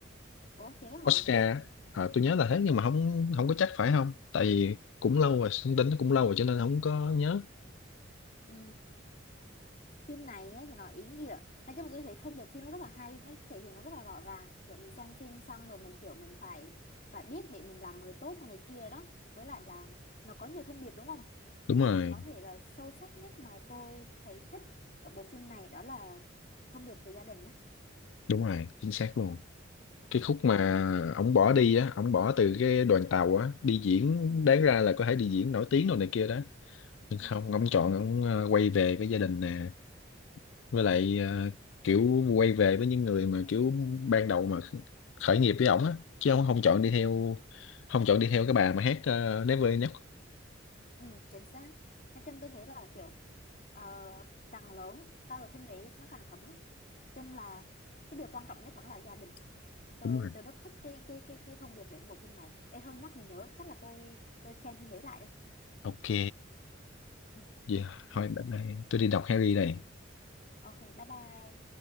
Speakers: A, on the left; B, on the left.
A: ủa chưa có hả
B: Oscar á. à, tôi nhớ là thế nhưng mà không không có chắc phải không tại vì cũng lâu rồi thông tin nó cũng lâu rồi cho nên không có nhớ
A: ừ phim này á, thì nó ý nghĩa nói chung là tôi thấy thông điệp phim nó rất là hay nó thể hiện nó rất là rõ ràng kiểu mình xem phim xong rồi mình kiểu mình phải phải biết để mình làm người tốt này, này kia đó với lại là nó có nhiều thông điệp đúng không
B: đúng
A: nhưng
B: rồi
A: mà có thể là sâu sắc nhất mà tôi thấy thích ở bộ phim này đó là thông điệp về gia đình á
B: đúng rồi chính xác luôn
A: ừ,
B: cái khúc mà
A: kiểu là
B: ổng bỏ đi á ổng bỏ từ cái đoàn tàu á đi diễn
A: ừ,
B: đáng ra là có thể đi diễn nổi tiếng đồ này kia đó nhưng
A: ừ,
B: không ông chọn ông quay về với gia đình nè với lại ờ,
A: ừ,
B: kiểu quay về với những người mà kiểu ban đầu mà khởi nghiệp với ổng á chứ ông không chọn đi theo không chọn đi theo cái bà mà hát uh, Never Enough
A: ừ, chính xác nói chung tôi thấy là kiểu ờ, càng lớn coi bộ phim đấy nó càng thấm chung là cái điều quan trọng nhất vẫn là gia đình tôi
B: đúng rồi
A: tôi rất thích cái cái cái cái thông điệp để bộ phim này Ê thôi nhắc mình nhớ chắc là tôi tôi xem phim đấy lại đây
B: ok
A: ừ.
B: vậy
A: Rồi.
B: thôi bye bye tôi đi đọc Harry này
A: Ừ. Ok bye bye